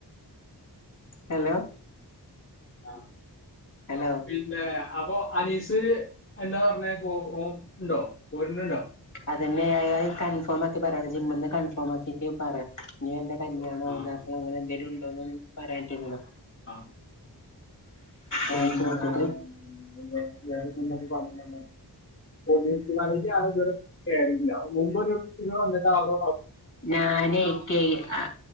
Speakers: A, on the left; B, on the left.
A: ഹലോ
B: ആഹ്
A: ഹലോ
B: പിന്നേ അപ്പൊ അനീസ് എന്താ പറഞ്ഞത് ഓ ഒ ഉണ്ടോ <unintelligible>
A: അതന്നെത് കൺഫേം ആക്കി പറയണം ജിമ്മിൽ നിന്ന് കൺഫേം ആക്കിട്ട് പറയാ ഇനി എന്ത കല്യാണം
B: ആ ആ,
A: ഉദതാക്കള് അങ്ങനെന്തലും ഉണ്ടോന്ന് പറയട്ടന്നീകിലോ
B: ആഹ്
A: ഞാൻ
B: പിന്നെ
A: ചോദിച്ചിട്ട്
B: പിന്നെ ഞാൻ <unintelligible> <unintelligible> <unintelligible> മുൻപോരു ദിവസം ഇവിടെ വന്നിട്ട് ആള്
A: ഞാനെ കെയ് ആ